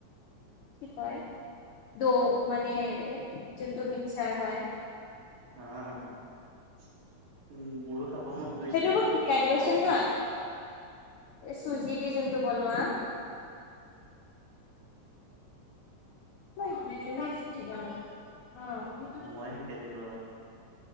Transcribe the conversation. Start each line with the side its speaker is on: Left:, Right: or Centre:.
Left: কি কয়, দৌ মানে যোনটো মিক্সাৰ হয়।
Right: আহ' উম' মোৰো খাব মন গৈছে
Left: সেইটো মোক
Right: যে।
Left: শিকাই দিব চোন হা, এই চুজি দি যোনটো বনোৱা। অ',।
Right: মই শিকাই দিম ৰ'বা।